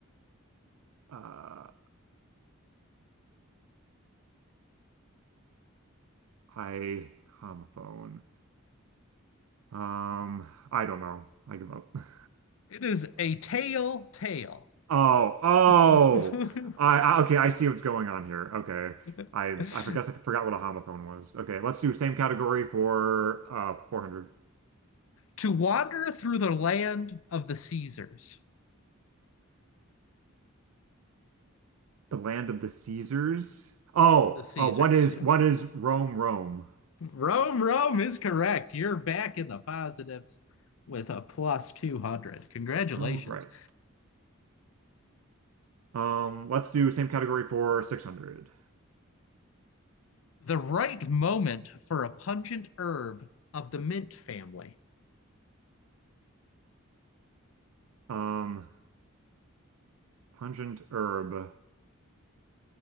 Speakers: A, on the right (about 85°); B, on the left (about 70°).
A: uh, uh I homophone. Um I don't know. I give up. <laughs>
B: It is a tail tale.
A: Oh, oh.
B: <laughs>
A: I, I okay, I see what's going on here. Okay.
B: <laughs>
A: I I forgot I forgot what a homophone was. Okay, let's do same category for uh 400.
B: to wander through the land of the Caesars.
A: The land of the Caesars. Oh,
B: The Caesars,
A: oh! what is
B: yeah.
A: what is Rome, Rome?
B: Rome, Rome is correct. You're back in the positives with a plus 200. Congratulations.
A: All right. Um, let's do same category for 600.
B: The right moment for a pungent herb of the mint family.
A: Um, pungent herb,